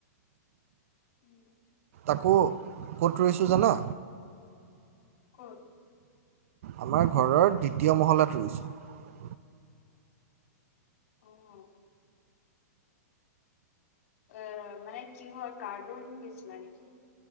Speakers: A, on the left; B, on the right.
A: উম
B: আকৌ, ক'ত ৰুইছোঁ জানা?
A: ক'ত?
B: আমাৰ ঘৰৰ দ্বিতীয় মহলাত ৰুইছোঁ।
A: অঁ এ মানে কিহত, কাৰ্টুন দিছিলা নেকি?